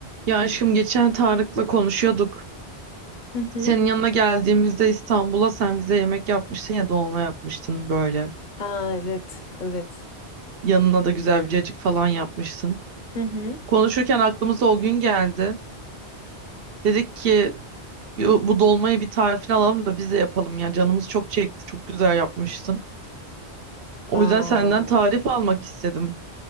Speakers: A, on the right (about 65°); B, on the left (about 50°).
A: Ya aşkım geçen Tarık'la konuşuyorduk.
B: Hı hı.
A: Senin yanına geldiğimizde İstanbul'a sen bize yemek yapmıştın ya dolma yapmıştın böyle.
B: Ha evet, evet.
A: Yanına da güzel bir cacık falan yapmıştın.
B: Hı hı.
A: Konuşurken aklımıza o gün geldi. Dedik ki bu bu dolmayı bir tarifini alalım da biz de yapalım ya. Canımız çok çekti. Çok güzel yapmıştın. O
B: Aa,
A: yüzden senden tarif almak istedim.